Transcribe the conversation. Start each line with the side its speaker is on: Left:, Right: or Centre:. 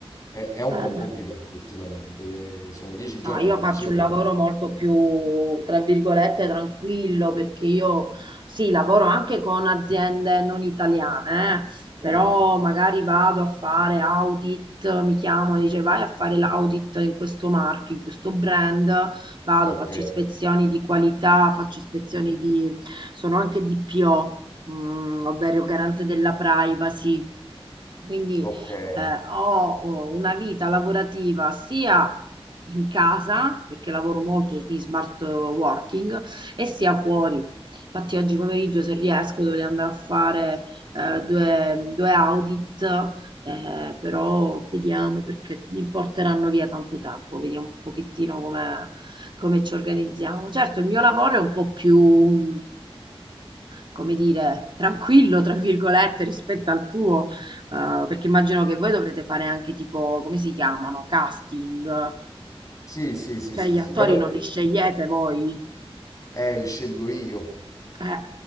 Left: È, è un
Right: Eh.
Left: po' complicato ultimamente, eh, sono dieci giorni,
Right: No, io
Left: ti
Right: faccio
Left: dicevo.
Right: un lavoro molto più, tra virgolette, tranquillo perché io sì, lavoro anche con aziende non italiane, eh, però
Left: Mm,
Right: magari vado a fare audit, mi chiamano, dice vai a fare l'audit in questo marchio, in questo brand, vado,
Left: Ok,
Right: faccio ispezioni di qualità, faccio ispezioni di, sono anche DPO, mm, ovvero garante della privacy. Quindi
Left: ok. Eh,
Right: eh, ho, ho una vita lavorativa sia in casa, perché lavoro molto in smart working, e sia fuori. Infatti oggi pomeriggio, se riesco, dovrei andare a fare eh, due, due audit, eh, però vediamo perché mi porteranno via tanto tempo, vediamo un pochettino come, come ci organizziamo. Certo, il mio lavoro è un po' più come dire, tranquillo, tra virgolette, rispetto al tuo, eh, perché immagino che voi dovrete fare anche tipo, come si chiamano, casting,
Left: sì, sì, sì,
Right: cioè
Left: sì,
Right: gli
Left: sì,
Right: attori
Left: vabbè,
Right: non li scegliete voi.
Left: eh, eh, li scelgo io,
Right: Eh,